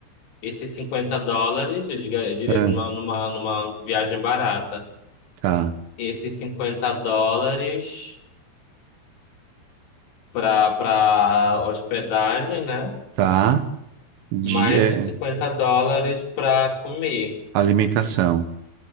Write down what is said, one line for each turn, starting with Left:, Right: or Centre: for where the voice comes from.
Left: esses 50 dólares, eu diga- eu diria
Right: é.
Left: assim, numa, numa, numa viagem barata.
Right: Tá,
Left: Esses 50 dólares para para hospedagem, né?
Right: tá. De,
Left: Mais
Right: é,
Left: os 50
Right: é,
Left: dólares para comer,
Right: alimentação.